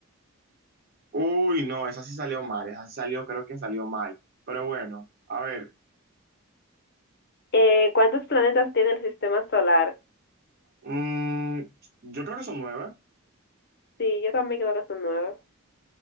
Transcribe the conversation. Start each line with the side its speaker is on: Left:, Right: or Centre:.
Right: Uy, no, esa sí salió mal, esa sí salió, creo que salió mal. Pero bueno, a ver,
Left: Eh, ¿cuántos planetas tiene el sistema solar?
Right: mm, yo creo que son nueve,
Left: Sí, yo también creo que son nueve.